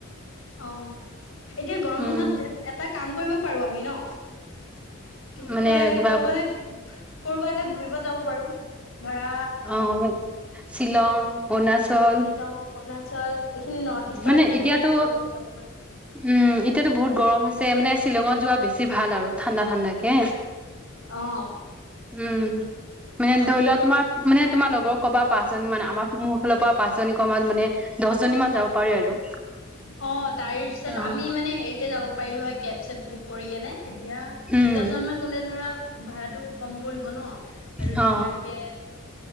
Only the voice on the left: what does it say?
অ', এতিয়া গৰম
বন্ধত এটা কাম কৰিব পাৰো আমি ন? কি বুলি
কয়
ক'ৰবালৈ ক'ৰবালৈ ঘুৰিব যাব পাৰো? ধৰা
শ্বিলং অৰুণাচল এইখিনি নৰ্থ ইষ্টৰ
এইখিনিতে
কৰিব যাব
পাৰো অ
অ' তাৰ পিছত
আমি মানে হেৰিতে যাব পাৰিলো হয় কেব চেপ বুক কৰি কিনে। তেতিয়া
দহজন মান গ'লে ধৰা ভাড়াটো ক'ম পৰিব ন? আৰু
ধুনীয়াকে